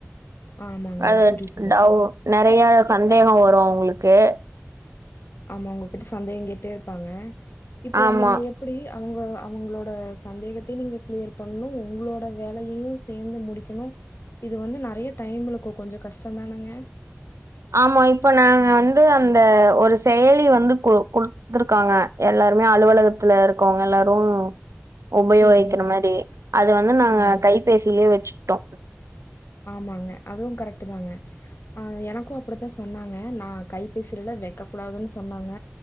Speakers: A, on the left (about 55°); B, on the right (about 90°).
A: ஆமாங்க
B: அது
A: புரியுதுங்க.
B: நிறைய சந்த சந்தேகம் வரும் அவுங்களுக்கு
A: ஆமா உங்க போட்டு சந்தேகம் கேிட்டே இருப்பாங்க இப்போ
B: ஆமா.
A: நீங்க எப்படி அவங்க அவங்களோட சந்தேகத்தையும் நீங்க கிளியர் பண்ணணும் உங்களோட வேலையையும் சேர்ந்து முடிக்கணும் இது வந்து நிறைய டைம் இருக்கும் கொஞ்சம் கஷ்டம் தானங்க
B: ஆமா இப்ப நாங்க வந்து அந்த ஒரு செயலி வந்து கு கொடுத்துருக்காங்க எல்லாருமே அலுவலகத்துல இருக்கவங்க எல்லாரும் உபயோகிக்கிற
A: சரிங்க,
B: மாதிரி அது வந்து
A: சரிங்க.
B: நாங்க கைபேசியிலயே வச்சுட்டோம்
A: ஆமாங்க அதுவும் கரெக்ட் தாங்க ஆஹ் எனக்கும் அப்படித்தான் சொன்னாங்க நான் கைபேசறத வைக்க கூடாதுன்னு சொன்னாங்க